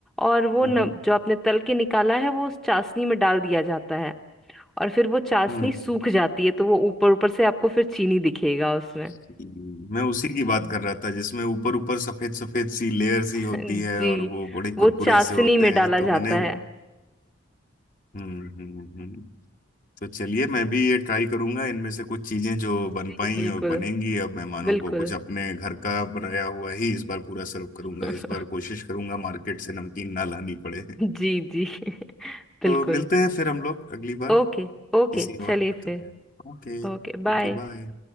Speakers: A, in the centre; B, on the left (about 40°).
A: और वो
B: हम्म
A: न, जो आपने तल के निकाला है वो उस चाशनी में डाल दिया जाता है और फिर वो चाशनी
B: हम्म
A: सूख जाती है तो वो ऊपर ऊपर से आपको फिर चीनी दिखेगा उसमें
B: जी, मैं उसी
A: <laughs>
B: की बात कर रहा था जिसमें ऊपर ऊपर सफेद सफेद सी लेयर सी होती
A: जी
B: है और वो बड़े कुरकुरे
A: वो चाशनी
B: से होते
A: में
B: हैं
A: डाला
B: तो मैंने
A: जाता
B: वो
A: है
B: हम्म हम्म हम्म तो चलिए मैं भी ये ट्राई करूंगा इनमें से कुछ चीजें जो बन
A: जी
B: पाई
A: बिल्कुल
B: और बनेंगी अब मेहमानों
A: बिल्कुल
B: को कुछ अपने घर का बनाया हुआ ही इस बार पूरा सर्व करूंगा
A: <laughs>
B: इस बार कोशिश करूंगा मार्केट से नमकीन ना लानी पड़े
A: जी जी <laughs> बिल्कुल
B: तो मिलते हैं फिर हम लोग अगली बार
A: ओके ओके
B: किसी और
A: चलिए
B: मतलब
A: फिर
B: ओके
A: Okay bye
B: Okay bye